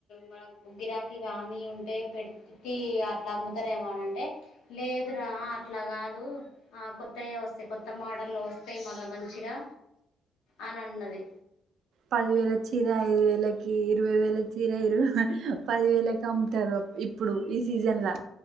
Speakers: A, on the left; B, on the right.
A: మనకి గ్గిరాకి గాని ఉంటే పెడి టీ అట్లా అమ్ముతారేమో అని అంటే లేదురా అట్లా కాదు ఆ కొతయే వస్తాయి కొత్త మోడల్లో వస్తాయి మళ్ళీ మంచిగా అని అన్నది
B: పది వేల చీర ఐదు వేలకి ఇరవై వేల చీర ఇరవై పది వేలకి అమ్ముతారు అప్ ఇప్ ఇప్పుడు ఈ సీజన్ ల